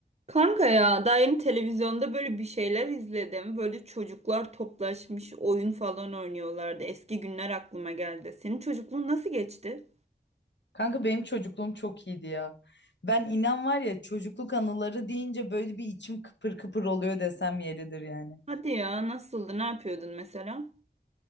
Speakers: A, on the right; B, on the left.
A: Kanka ya daha yeni televizyonda böyle bir şeyler izledim. Böyle çocuklar toplaşmış oyun falan oynuyorlardı. Eski günler aklıma geldi. Senin çocukluğun nasıl geçti?
B: Kanka benim çocukluğum çok iyiydi ya. Ben inan var ya çocukluk anıları deyince böyle bir içim kıpır kıpır oluyor desem yeridir yani.
A: Hadi ya nasıldı? Ne yapıyordun mesela?